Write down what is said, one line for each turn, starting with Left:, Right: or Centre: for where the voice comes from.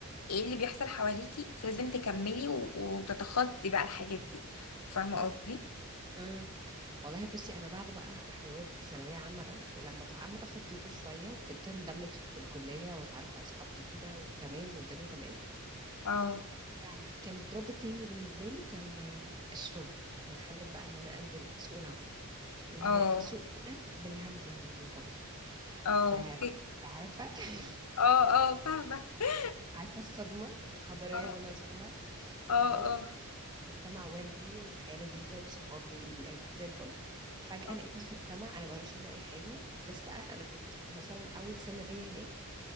Left: ايه اللي بيحصل حواليكي انت لازم تكملي و... وتتخطي بقى الحاجات دي فاهمه قصدي
Right: امم والله بصي انا بعد بقى حوار الثانويه عامه ده ولما ط- عم تخطيته شويه وابتديت اندمج في الكليه واتعرف على اصحاب جديده وتمام والدنيا تمام
Left: اه
Right: يعني كان الدروب التاني بالنسبة لي كان آم، الشغل مرحلة بقى ان انا انزل سوق العمل وهي
Left: اه
Right: سوق هنا بالهمزة مش بالقاف
Left: اه
Right: ف
Left: في-
Right: عارفة <laughs>
Left: اه اه فاهمه <laughs>
Right: عارفة الصدمة الحضارية
Left: اه
Right: اللي أنا عشتها
Left: اه
Right: اللي هو أنا
Left: اه
Right: عايشة في مجتمع وردي والحياة لذيذة وصحابي والبيئة زي الفل فجأة
Left: آه.
Right: لقيتني في مجتمع أنا ما أعرفش عنه أي حاجة بلس بقى أنا كنت مثلا أول سنة ليا هناك